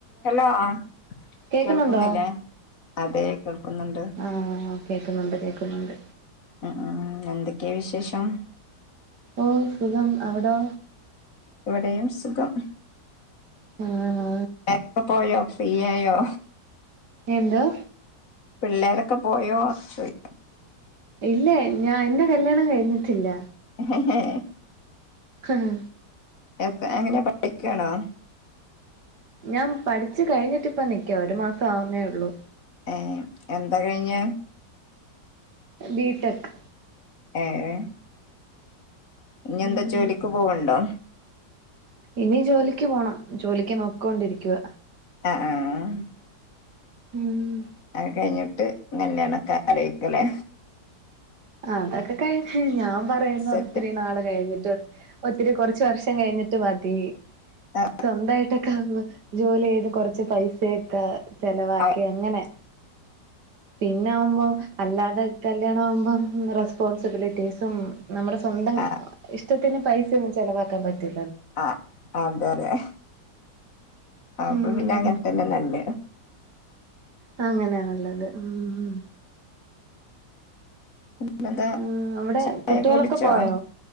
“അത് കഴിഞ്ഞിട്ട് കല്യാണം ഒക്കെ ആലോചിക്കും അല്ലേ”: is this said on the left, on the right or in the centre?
Left